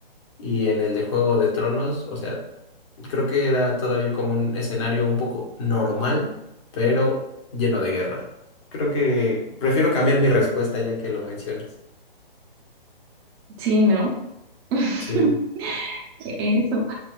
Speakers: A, on the left (about 30°); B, on the right (about 20°).
A: Y en el de Juego de Tronos, o sea, creo que era todavía como un escenario un poco normal, pero lleno de guerra. Creo que prefiero cambiar mi respuesta ya que lo mencionas.
B: sí, ¿no? <laughs>
A: Sí.
B: Eso.